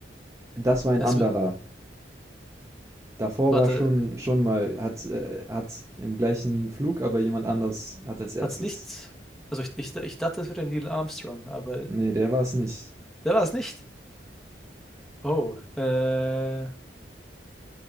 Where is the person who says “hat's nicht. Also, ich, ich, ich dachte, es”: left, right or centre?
Centre